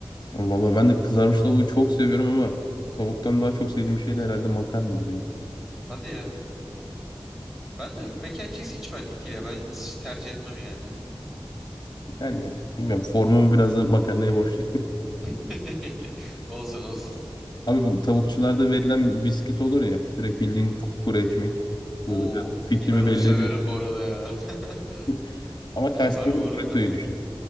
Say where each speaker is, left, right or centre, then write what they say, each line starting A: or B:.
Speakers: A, on the left; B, in the centre.
A: Ama Valla ben de kızarmış tavuğu çok seviyorum ama tavuktan daha çok sevdiğim şey de herhalde makarnadır ya.
B: Hadi ya. Ben de mac and cheese hiç benlik değil ya. Ben hiç tercih etmem yani.
A: Yani bilmiyorum formumu biraz da makarnaya borçluyum.
B: <laughs> Olsun olsun.
A: <laughs> Abi bu tavukçularda verilen bir biskit olur ya direkt bildiğin kupkuru ekmek.
B: Oo
A: Burada biraz fikrimi
B: ben onu
A: belli
B: severim
A: ediyor.
B: bu arada ya. <laughs>
A: <laughs> Ama karşısında
B: Akar
A: da
B: bu arada.
A: burrito'yu düşün.